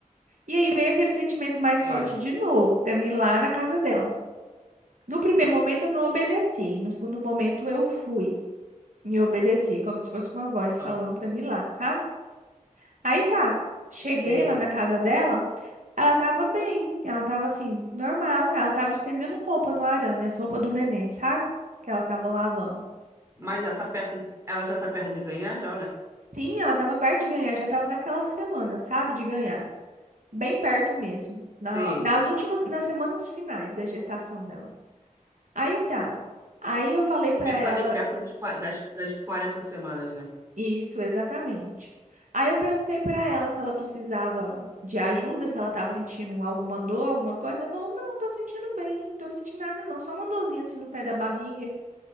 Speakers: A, on the right; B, on the right.
A: E aí veio aquele sentimento mais
B: Sei.
A: forte de novo pra mim lá na casa dela. No primeiro momento eu não obedeci, no segundo momento eu fui e obedeci, como se fosse uma voz
B: Ah,
A: falando pra mim lá, sabe? Aí tá, cheguei
B: Sei.
A: lá na casa dela, ela tava bem, ela tava assim, normal, ela tava estendendo roupa no arame, as roupas do neném, sabe? Que ela tava lavando.
B: Mas já tá perto. Ela já tá perto de ganhar, já, né?
A: Sim, ela tava perto de ganhar, já tava naquela semana, sabe? De ganhar. Bem perto mesmo, na-
B: Sei.
A: nas últimas, nas semanas finais da gestação dela. Aí tá. Aí eu falei pra
B: Já
A: ela
B: Tá ali perto dos, qua- das, das 40 semanas, né?
A: isso exatamente. Aí eu perguntei pra ela se ela precisava de ajuda, se ela tava sentindo alguma dor, alguma coisa. Ela falou: "Não, tô sentindo bem, não tô sentindo nada não, só uma dorzinha assim no pé da barriga".